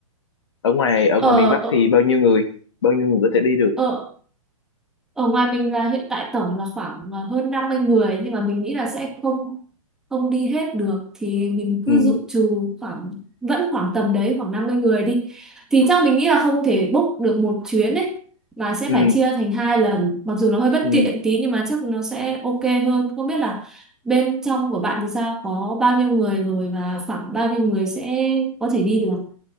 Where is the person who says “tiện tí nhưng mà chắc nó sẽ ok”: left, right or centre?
Centre